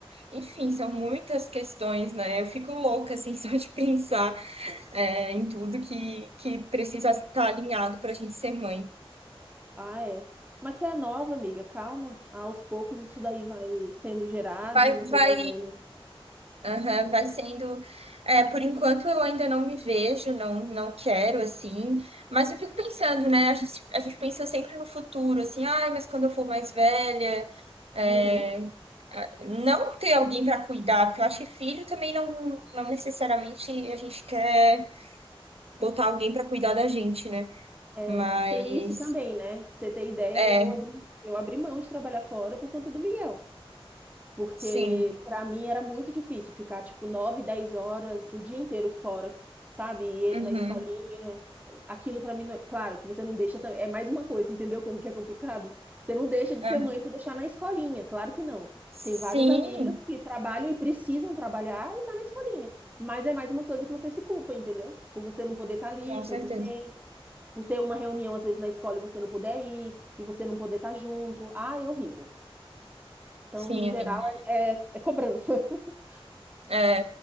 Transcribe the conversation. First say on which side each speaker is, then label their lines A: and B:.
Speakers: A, on the right; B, on the right.
A: Enfim, são muitas questões, né? Eu fico louca, assim, <laughs> só de pensar é, em tudo que, que precisa estar alinhado para a gente ser mãe.
B: Ah, é. Mas você é nova, amiga, calma. Aos poucos isso daí vai sendo gerado
A: Vai,
B: e você
A: vai,
B: vai vendo.
A: aham, vai sendo. é, por enquanto eu ainda não me vejo, não, não quero assim, mas eu fico pensando, né? A gente, a gente pensa sempre no futuro, assim, ai, mas quando eu for mais velha, é,
B: Uhum.
A: não ter alguém para cuidar, porque eu acho que filho também não, não necessariamente a gente quer botar alguém para cuidar da gente, né?
B: É,
A: Mas,
B: tem isso também, né? Pra você ter ideia,
A: é,
B: eu abri, eu abri mão de trabalhar fora por conta do Miguel. Porque
A: sim.
B: para mim era muito difícil ficar tipo 9 10 horas o dia inteiro fora, sabe? E ele
A: Uhum.
B: na escolinha. Aquilo para mim, não é... claro, que você não deixa, tam- é mais uma coisa, entendeu como que é complicado? Você não deixa de
A: Ah,
B: ser mãe por deixar na escolinha, claro que não.
A: Sim,
B: Tem vários amigas que trabalham e precisam trabalhar e tá na escolinha, mas é mais uma coisa que você se culpa, entendeu? Por você não poder estar ali
A: Com
B: cem
A: certeza.
B: por cento por ter uma reunião às vezes na escola e você não puder ir, e você não poder estar junto. Ah, é horrível. Então,
A: Sim,
B: no geral,
A: amiga.
B: é, é, é cobrança. <laughs>
A: É,